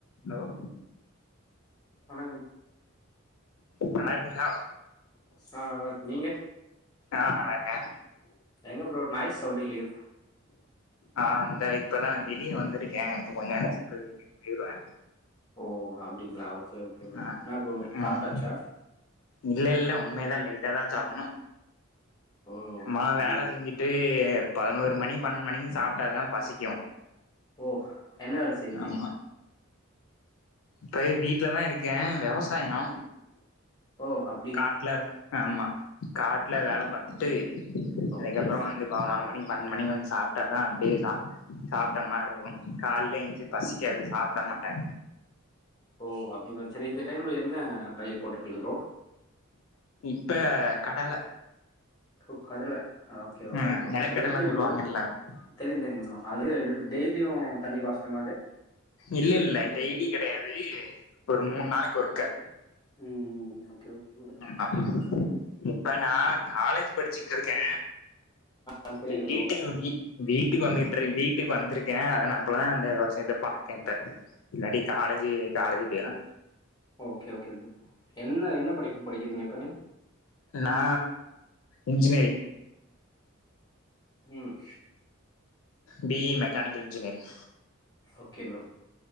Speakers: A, on the left; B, on the left.
A: Allow
B: வண்க்கங்
A: நல்லா இருக்கீங்ளா
B: ஆ நல்லருக்கங் நீங்க
A: ஆ நல்லா இருக்கே
B: எங்க ப்ரோ நாய் சவுண்டு கேட்க்குது
A: ஆம் இந்த இப்பதா வெளிய வந்திருக்கே இப்ப கொஞ்ச நேரோ சிக்கர போயிருவே
B: ஓ அப்படிங்களா ஓகே ஓகே ப்ரோ
A: ஆ
B: என்ன ப்ரோ சாப்டாச்சா
A: ம். இல்ல இல்ல உண்மே தா லெட்டா தா சாப்பணு
B: ஓ
A: சும்மா
B: அப்டின்னு
A: வேல செஞ்சுட்டு பதினோரு மணி பண்னெண் மணிக்கு சாப்ட்ட தா பசிக்கு
B: ஓ என்ன வேல செய்றீங்க
A: ஆமா இப்ப வீட்ல தா இருக்கே வெவசாயோ
B: ஓ அப்
A: காட்ல ஆமா காட்ல வேல பாத்துட்டு அதுக்கப்றோ
B: ஓகே
A: வந்து பவனோரு மணி பன்னெண்னு மணிக்கு வந் சாப்டா தா அப்டியே சா சாப்ட்ட மாரி இருக்கு காலயே எழுச்சி பசிக்காது அப்ப விட மாட்டே
B: ஓ அப்டிங்களா செரி இந்த டைம்ல என்ன பயர் போட்டு இருக்கீங்க ப்ரோ
A: இப்ப கடல
B: ஒ கடல ஒகே ஒகே
A: ம்
B: ப்ரோ
A: நெலக்கடலன்னு
B: அது எப்டி
A: சொல்லுவாங்கல்ல
B: ப்ரோ
A: ஆ
B: தெரி தெரிங் ப்ரோ அதுல டெய்லியு தண்ணி பாச்சனு மா அது
A: இல்ல இல்ல டெய்லி கெடையாது ஒரு மூண் நாளைக்கு ஒர்க்க
B: உம் ஓகே ஒகே
A: ஆமா இப்ப நா காலேஜ் படிச்ட்டு இருக்கே
B: அது தெரியுது
A: த
B: ப்ரோ
A: இட்டிங் ஒர்க்கி வீட்டுக்கு வந்துட்டுரு வீட்டுக்கு வந்திருகே அதனப்புல அந்த விவசாயத்த பாத்தே இப்ப இல்லாட்டி காலஜி காலஜி பேய்றே
B: ஓகே ஓகே ப்ரே என்ன என்ன படிப்பு படிக்கிறீங்க இப்ப நீ
A: நா இன்ஜினேரிங்
B: உம்
A: B E mechanical engineering
B: okay bro